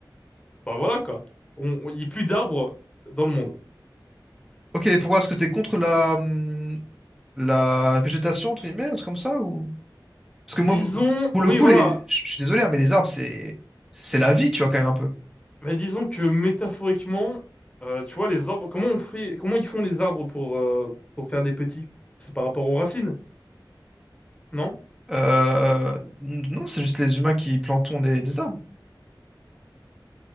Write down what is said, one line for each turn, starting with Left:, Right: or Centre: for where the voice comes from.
Left: Bah voilà, quoi. On- on- Il n'y a plus d'arbres dans le monde.
Centre: Ok, pourquoi est-ce que t'es contre la, hum, la végétation, entre guillemets, un truc comme ça, ou... Parce que
Left: Disons...
Centre: moi, m- pour
Left: Oui,
Centre: le coup,
Left: voilà.
Centre: les... je je suis désolé, hein, mais les arbres, c'est c'est la vie, tu vois, quand même un peu.
Left: Mais disons que métaphoriquement, euh, tu vois, les arbres, comment on fait, comment ils font les arbres pour, euh, pour faire des petits? C'est par rapport aux racines, non?
Centre: Euh, Non, c'est juste les humains qui plantons des, des arbres.